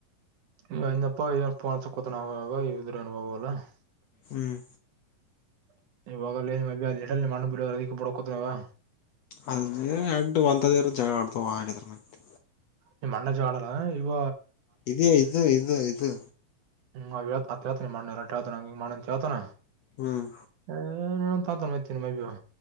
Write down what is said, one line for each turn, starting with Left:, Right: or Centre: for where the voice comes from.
Right: <unintelligible> ಇವಾಗವಲ್ಲೇನು <unintelligible>
Left: ಹ್ಮ್
Right: ಎಲ್ಲಿ ಮಾಡ್ಲಕ್ ಬಿಡೊ <unintelligible> ಕೊತದವಾ
Left: ಅದ ಎಳ್ಡ್ ಒಂತದ ಜಗಳ ಆಡ್ತದ ಆದ್ರ ಮತ್ತೆ
Right: ನಿಮ್ಮ್ ಅಣ್ಣ ಜಗಳಾಡಲ್ಲ ಇವ
Left: ಇದೇ ಇದು ಇದು ಇದು
Right: ಹ್ಮ <unintelligible> ನಿಮ್ಮಣ್ಣ ಏನಾರ್ ಕೇಳ್ತಾನ ಹಂಗಿ ಮಾಡಕ್ ಹೇಳ್ತಾನ
Left: ಹ್ಮ್
Right: <unintelligible>